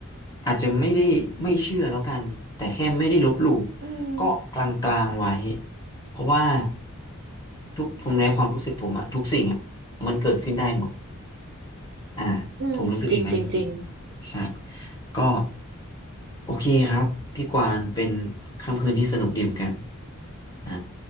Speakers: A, on the left (about 15°); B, on the right (about 55°).
A: อาจจะไม่ได้ไม่เชื่อแล้วกันแต่แค่ไม่ได้ลบหลู่
B: อืม
A: ก็กลางๆไว้เพราะว่าทุกผมในความรู้สึกผมอะทุกสิ่งอะมันเกิดขึ้นได้หมดอ่า
B: อืมจริงจริงจริง
A: ผมรู้สึกอย่างนั้นจริงๆใช่ก็โอเคครับพี่กวางเป็นค่ำคืนที่สนุกดีเหมือนกันอ่า